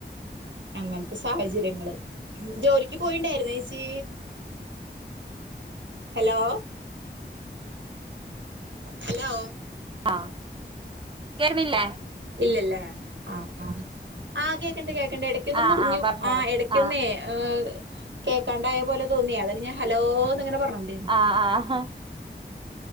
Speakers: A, on the right; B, on the right.
A: അങ്ങനത്തെ സാഹചര്യങ്ങള് ഉം ജോലിക്ക് പോയിണ്ടായിരുന്നാ എച് ച്ചീ ഹലോ ഹലോ
B: ആ യ്ക്കാരുന്നില്ലേ
A: ഇല്ലല്ലാ ആഹ് ആഹ് ആ കേക്കണ്ട് കേക്കണ്ട് എടക്കൊന്ന്
B: ആഹ്
A: മുറിഞ്ഞു
B: ആഹ് പറഞ്ഞോളി
A: ആ എടയ്ക്കൊന്നേ
B: ആഹ്
A: ഉം കേക്കാണ്ടായ പോലെ തോന്നിയ അതാന് ഞാൻ ഹലോ ന്നങ്ങനെ പറനോണ്ടിന്ന
B: ആഹ് ആഹ്